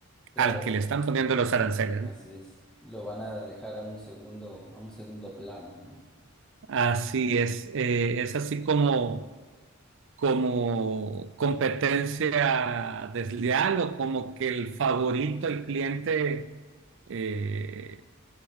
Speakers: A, in the centre; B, on the right (about 60°).
A: claro,
B: al que
A: porque
B: le están poniendo los aranceles.
A: así
B: ¿no?
A: es. Lo van a dejar a un segundo, a un segundo plano, ¿no?
B: Así es, eh, es así como como competencia desleal o como que el favorito, el cliente, eh,